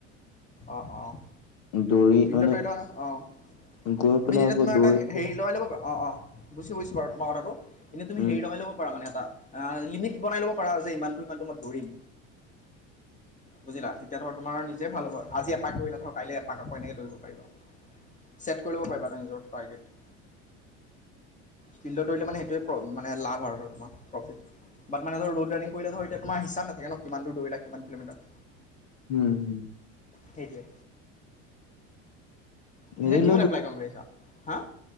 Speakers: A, on the left; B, on the left.
A: অঁ অঁ।
B: দৌৰি
A: ফিল্ডত
B: মানে
A: দৌৰি থাকা অঁ,
B: গৈ
A: তুমি
B: পেলাই
A: তেতিয়া
B: আকৌ
A: তোমাৰ
B: দৌৰি
A: এটা
B: পেলাই
A: হেৰি লগাই ল'ব পাৰা অঁ অঁ। বুজিছোঁ বুজিছোঁ বাৰু তোমাৰ কথাটো, এনেই তুমি
B: উম
A: হেৰি লগাই ল'ব পাৰা মানে এটা। অঁ, লিমিট বনাই ল'ব পাৰা যে ইমানটো ইমানটো মই দৌৰিম। বুজিলা তেতিয়া ধৰ তোমাৰ নিজেই ভাল হ'ব। আজি এপাক দৌৰিলা ধৰ কাইলৈ এপাক আকৌ এনেকৈ দৌৰিব পাৰিবা। ছেট কৰি ল'ব পাৰিবা তেনকৈ নিজৰ টাৰ্গেট। ফিল্ডত দৌৰিলে মানে সেইটোৱে মানে লাভ আৰু তোমাৰ প্ৰফিট। বাত মানে ধৰ ৰোড ৰানিং কৰিলে ধৰ এতিয়া তোমাৰি হিচাপ নাথাকে ন' কিমান দূৰ দৌৰিলা কিমান কিলমিটাৰ।
B: উম।
A: সেইটোৱে।
B: হেৰি
A: এতিয়া কিহত
B: লৈ
A: এপ্লাই কৰিম বুলি ভাবিছা হা?